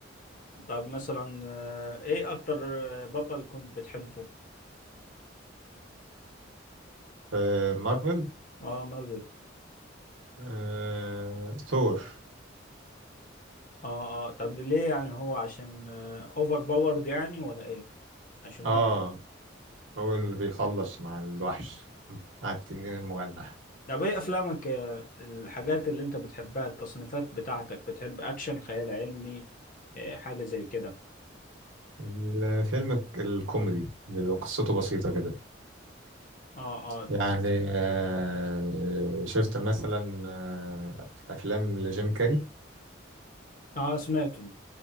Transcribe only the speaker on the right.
في مارفل
آه... ثور
اه
هو اللي بيخلص مع الوحش مع التنين المجنح
الفيلم ك- الكوميدي اللي قصته بسيطة كده
يعني آه... شفت مثلا آه... أفلام لجيم كاري